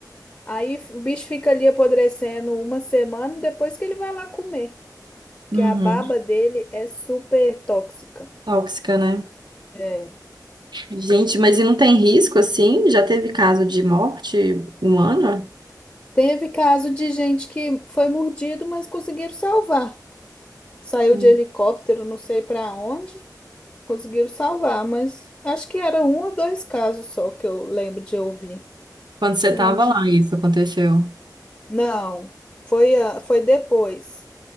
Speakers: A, on the left; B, on the right.
A: aí f- o bicho fica ali apodrecendo uma semana e depois que ele vai lá comer, porque
B: uhum.
A: a baba dele é super tóxica.
B: Tóxica, né?
A: É.
B: Gente, mas e não tem risco assim? Já teve caso de morte humana?
A: Teve caso de gente que foi mordido, mas conseguiram salvar. Saiu
B: Hum.
A: de helicóptero, não sei para onde, conseguiram salvar, mas acho que era um ou dois casos só que eu lembro de ouvir.
B: Quando você
A: Não
B: tava
A: lembro de
B: lá, isso aconteceu.
A: Não, foi, a- foi depois.